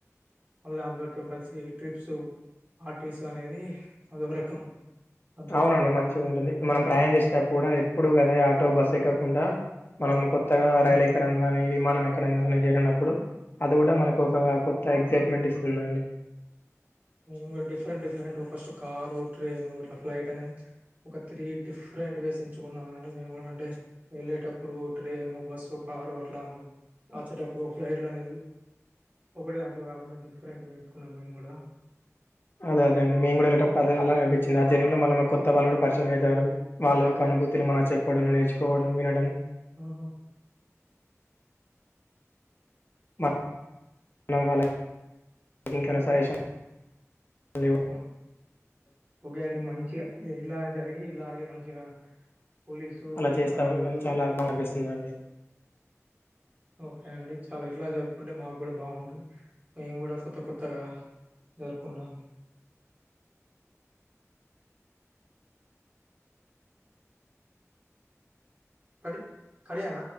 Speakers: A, on the right; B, on the left.
A: మళ్ళీ అందరితో కలిసి ట్రిప్స్ పార్టీస్ అనేది, అదో రకం సంతోషం.
B: అవునండి మంచిగా ఉంటుంది మనం ప్రయాణం చేస్తేకూడా ఎప్పుడు గదే ఆటో బస్సు ఎక్ కాకుండా మనం కొ కొత్తగా రైలెక్కడంగాని
A: హ్మ్.
B: విమానం ఎ తెలంగణె చేరినప్పుడు అది కూడా మనకు ఒక కొత్త ఎక్సైట్మెంట్ ఇస్తుందండి
A: మేమ్ good different different first car train ఇట్ల ఫ్లైట్ అని ఒక త్రి డిప్రేంట్ వేస్ ఎంచుకున్నమండి, అంటె మెమ్ గుడ వెల్లెటప్పుడు ట్రేను, బస్సు, కారు అట్ల వచ్చెటప్పుడు ఫ్లెట్లనె ఒకటి గంట్ల దాక డిఫరెంట్ గా ఎంచుకున్నాం మెమ్ గుడ
B: అదే అదేండి మే కూడా ఎల్లెటప్పుడు అదె అలాగె <unintelligible> కొత్త వాళ్ళు కూడా పరిచయం అయతారు, వాళ్ళ యొక్క అనుభూతులు మన చెప్పడం నేర్చుకోవడం వినడం
A: ఆహ
B: <inaudible> ఇవ్వడం
A: మ్... ఓకే అండి మంచిగ ఇలా జరిగి ఇలాగే మంచిగా పోలీసు
B: అలా చేస్తా
A: పండుగలు
B: ఉంటాం చాలా బాగా అనిపిస్తుందండి.
A: ఓకే అండి చాలా ఇట్లా జరుపుకుంటే మాకు కూడా బాగుంటది, మేము కూడా కొత్త కొత్తగా జరుపుకుంటాం. కడి కడియాణ